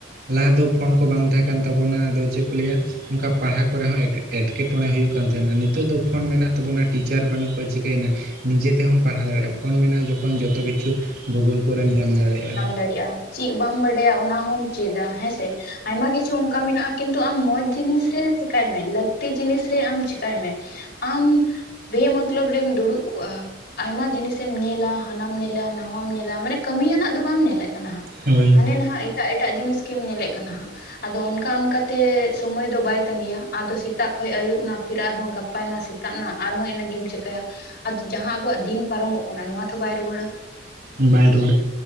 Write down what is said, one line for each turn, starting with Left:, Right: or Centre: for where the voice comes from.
Right: ᱞᱟᱦᱟ ᱫᱚ ᱯᱷᱳᱱ ᱠᱚ ᱵᱟᱝ ᱛᱟᱦᱮᱸ ᱠᱟᱱ ᱛᱟᱵᱚᱱᱟ ᱟᱫᱚ ᱪᱮᱜ ᱠᱚ ᱞᱟᱹᱭᱟ᱾ ᱚᱱᱠᱟ ᱯᱟᱲᱦᱟᱣ ᱠᱚᱨᱮ ᱦᱚᱸ ᱮᱴᱠᱮᱴᱚᱲᱮ ᱦᱩᱭᱩᱜ ᱠᱟᱱ ᱛᱟᱦᱮᱱᱟ ᱱᱤᱛᱚᱜ ᱫᱚ ᱯᱷᱳᱱ ᱢᱮᱱᱟᱜ ᱛᱟᱵᱚᱱᱟ ᱴᱤᱪᱟᱨ ᱵᱟᱹᱱᱩᱜ ᱠᱚᱣᱟ ᱪᱤᱠᱟᱹᱭ ᱱᱟ ᱱᱤᱡᱮ ᱛᱮᱦᱚᱸᱢ ᱯᱟᱲᱦᱟᱣ ᱫᱟᱲᱮᱜ-ᱟ ᱯᱷᱳᱱ ᱢᱮᱱᱟᱜ-ᱟ ᱡᱚᱠᱷᱚᱱ ᱡᱚᱛᱚ ᱠᱤᱪᱷᱩ ᱜᱩᱜᱳᱞ ᱠᱚᱨᱮᱢ ᱧᱟᱢ ᱫᱟᱲᱮᱜ-ᱟ᱾
Left: ᱫᱟᱲᱤᱜ-ᱟ ᱪᱤᱜ ᱵᱟᱢ ᱵᱟᱰᱟᱭᱟ ᱚᱱᱟ ᱦᱚᱢ ᱪᱮᱫᱟ ᱦᱮᱸ ᱥᱮ᱾ ᱟᱭᱢᱟ ᱠᱤᱪᱷᱩ ᱚᱱᱠᱟ ᱢᱮᱱᱟᱜ-ᱟ ᱠᱤᱱᱛᱩ ᱟᱢ ᱢᱚᱸᱡᱽ ᱡᱤᱱᱤᱥ ᱨᱮ ᱪᱮᱠᱟᱭ ᱢᱮ ᱞᱟᱹᱠᱼᱼ ᱛᱤ ᱡᱤᱱᱤᱥ ᱨᱮ ᱟᱢ ᱪᱮᱠᱟᱭ ᱢᱮ ᱟᱢᱼᱼ ᱵᱮ ᱢᱚᱛᱞᱚᱵᱽ ᱨᱮᱢ ᱫᱩᱲᱩᱵ ᱠᱚᱜ-ᱟ ᱟᱭᱢᱟ ᱡᱤᱱᱤᱥᱮᱢ ᱧᱮᱞᱟ ᱦᱟᱱᱟᱢ ᱧᱮᱞᱟ ᱱᱟᱣᱟᱢ ᱧᱮᱼᱼ ᱠᱮᱫᱟ ᱢᱟᱱᱮ ᱠᱟᱹᱢᱤ ᱭᱟᱱᱟᱜ ᱫᱚ ᱵᱟᱢ ᱧᱮᱞ ᱮᱫ ᱠᱟᱱᱟ ᱦᱟᱸᱜ
Right: ᱦᱳᱭ
Left: ᱦᱟᱱᱮ ᱱᱟᱦᱟᱜ ᱮᱴᱟᱜ ᱮᱴᱟᱜ ᱡᱤᱱᱤᱥ ᱜᱮᱢ ᱧᱮᱞᱮᱫ ᱠᱟᱱᱟ ᱦᱟᱸᱜ ᱟᱫᱚ ᱚᱱᱠᱟ ᱚᱱᱠᱟ ᱛᱮ ᱥᱳᱢᱳᱭ ᱫᱚ ᱵᱟᱭ ᱛᱟᱸᱜᱤᱭᱟ ᱟᱫᱚ ᱥᱮᱛᱟᱜ ᱠᱷᱚᱡ ᱟᱹᱭᱩᱵ ᱱᱟ ᱯᱷᱤᱨ ᱟᱨ ᱦᱚᱸ ᱜᱟ ᱱᱟᱯᱟᱭ ᱱᱟ ᱥᱮᱛᱟᱜ ᱱᱟ ᱟᱨ ᱦᱚᱸ ᱤᱱᱟᱹᱜ ᱜᱮᱢ ᱪᱮᱠᱟᱹᱭ ᱟ ᱡᱟᱦᱟᱸ ᱟᱵᱚᱣᱟᱜ ᱫᱤᱱ ᱯᱟᱨᱚᱢᱚᱜ ᱠᱟᱱᱟ ᱱᱚᱣᱟ ᱛᱚ ᱵᱟᱭ ᱨᱩᱣᱟᱹᱲᱟ
Right: ᱵᱟᱭ ᱨᱩᱣᱟᱹᱲᱼᱟ